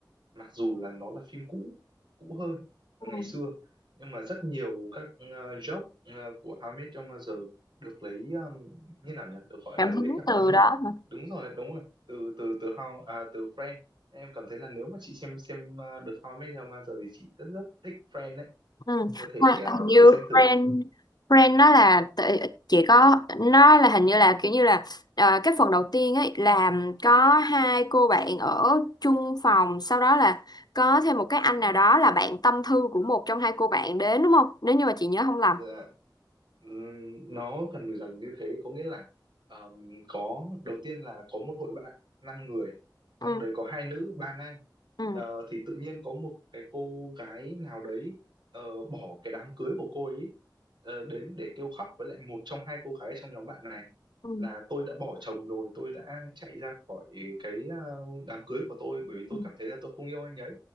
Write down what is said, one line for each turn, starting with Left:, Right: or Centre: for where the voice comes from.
Right: mặc dù là nó là phim cũ cũ hơn ngày
Left: ừ.
Right: xưa nhưng mà rất nhiều các uh, joke ờ, của How I Met Your Mother được lấy um, như nào nhỉ được gọi
Left: cảm
Right: là lấy
Left: hứng
Right: cảm
Left: từ
Right: hứng
Left: đó hả
Right: đúng rồi đúng rồi từ từ từ How à, từ Friends em cảm thấy là nếu mà chị xem xem ờ, được How I Met Your Mother thì chị rất rất thích Friends đấy
Left: Ừ.
Right: có thể
Left: Hoa-
Right: ờ,
Left: Hình như
Right: thử xem thử
Left: brand brand nó là t- chỉ có nó là hình như là kiểu như là ờ, cái phần đầu tiên ấy làm có hai cô bạn ở chung phòng sau đó là có thêm một cái anh nào đó là bạn tâm thư của một trong hai cô bạn đến đúng không nếu như mà chị nhớ không lầm
Right: Dạ, Ừm, nó gần dần như thế có nghĩa là ờm, có đầu tiên là có một hội bạn năm người
Left: ừ
Right: trong đấy có hai nữ ba nam
Left: ừ
Right: Ờ, thì tự nhiên có một cái cô gái nào đấy ờ, bỏ cái đám cưới của cô ấy ờ, đến để kêu khóc với lại một trong hai cô gái trong nhóm bạn này
Left: ừ
Right: là tôi đã bỏ chồng rồi tôi đã chạy ra khỏi cái ờ, đám cưới của tôi bởi vì tôi
Left: ừ
Right: cảm thấy là tôi không yêu anh ấy